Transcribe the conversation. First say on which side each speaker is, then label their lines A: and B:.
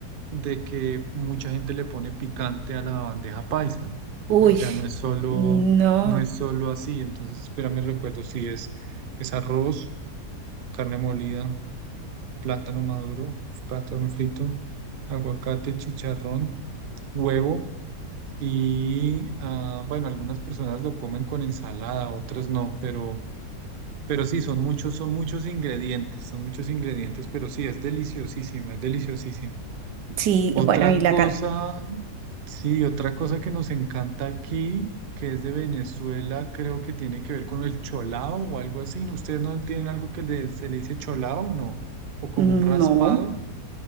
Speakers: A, on the right (about 65°); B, on the right (about 90°).
A: de que mucha gente le pone picante a la bandeja paisa.
B: Uy,
A: O sea, no es solo,
B: no,
A: no es solo así. Entonces, espérame, recuerdo si es, es arroz, carne molida, plátano maduro, plátano frito, aguacate, chicharrón, huevo. Y ah, bueno, algunas personas lo comen con ensalada, otras no, pero, pero sí, son muchos, son muchos ingredientes, son muchos ingredientes, pero sí, es deliciosísima, es deliciosísima.
B: sí,
A: Otra
B: bueno, y
A: cosa,
B: la ca-
A: sí, otra cosa que nos encanta aquí, que es de Venezuela, creo que tiene que ver con el cholao o algo así. ¿Ustedes no tienen algo que le- se le dice cholao o no? O como
B: no.
A: un raspado,